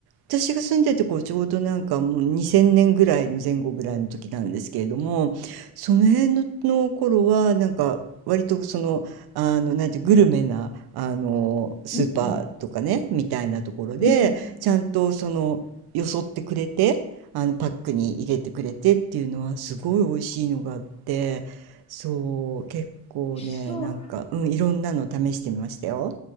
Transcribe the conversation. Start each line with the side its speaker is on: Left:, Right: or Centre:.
Right: 私が住んでてこちょうどなんかもう2000年ぐらいの前後ぐらいの時なんですけれどもその辺の、の頃はなんか割とその、あのなんてグルメなあのスーパーとかねみたいなところでちゃんとそのよそってくれてあのパックに入れてくれてっていうのはすごい美味しいのがあってそう結構ねなんか、
Left: うん。うん。うんうんうんうん。そう。
Right: うん、いろんなの試してみましたよ。